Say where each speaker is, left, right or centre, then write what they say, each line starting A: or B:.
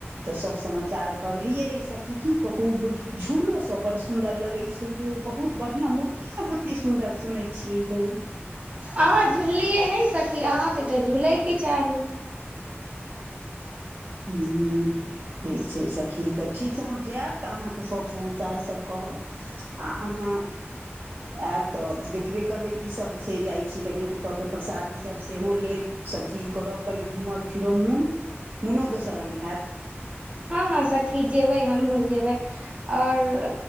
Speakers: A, on the right (about 45°); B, on the right (about 30°).
A: तऽ सब समाचार करब हेये ई सखी की कहू झूलो सब बड़ सुंदर लगे छै ये बहुत बढ़िया मूर्ति ई सब कते सुन्दर सुनै छियै ये
B: अहाँ झुललिए नहि सखी अहाँके तऽ झुलैके चाही
A: हुँ अ ठीक छै सखी तऽ ठीक छै हम जायब तऽ अहाँके सभ समाचार सब कहब आ आहाँ
B: <inaudible>
A: आयब तऽ देखबे करबै की सब छै जाइ छी कनि ओतऽ के प्रसादी सब सेहो लेब सबचीज करब कनि घूमब फिरब मन मोनो दोसर रंग हायत
B: हँ हँ सखी जेबै हमहूँ जेबै और